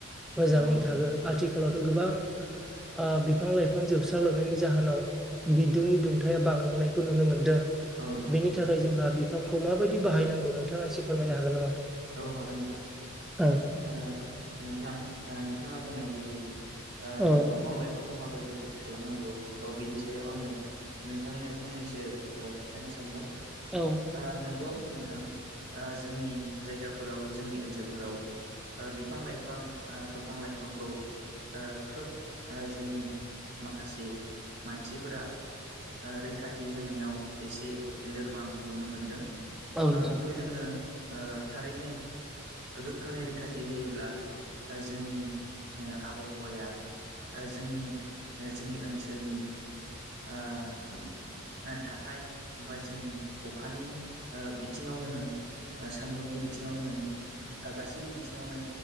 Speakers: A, on the right (about 55°); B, in the centre.
A: औ
B: मोजाङै
A: नोंथां
B: थागोन आथिखालावथ' गोबां ओ बिफां-लाइफां जोबस्रालांनायनि जाहोनाव बिदुंनि दुंथाइया बांलांनायखौ नुनो मोनदों।
A: औ नोंथां
B: बेनि थाखाय जोंहा बिफांखौ माबायदि बाहायनांगौ नोंथाङा एसे फोरमायनो हागोन नामा?
A: औ हागोन
B: औ
A: ओ नोंथां ओ नोंथां नोंथाङा बुंनाय बादि ओ
B: औ
A: दंफां-लाइफांखौ माबोरै रैखाथि खालामनांगौ औ बिनि सायाव आङो नोंथांनो फंनैसो ओ खिन्थानो सानबाय
B: औ
A: ओ नोंगौ नोंथां ओ जोंनि जायगाफोराव जोंनि ओनसोलफोराव बिफां-लाइफां ओ दंफां-लाइफांखौ ओ खोब जोंनि माखासे मानसिफोरा ओ रैखा थि होनायाव एसे लोरबां नुनो मोनदों
B: औ नोंथां
A: ओ बेखौ जोङो ओ थारैनो गोख्रोङै रैखाथि होयोब्ला जोंनि आबहावाया जोंनि जोंनि ओनसोलनि ओ थाथाय बा जोंनि अखानि ओ बिथिङावनो होन सान्दुंनि बिथिङावनो होन गासैबो बिथिङावनो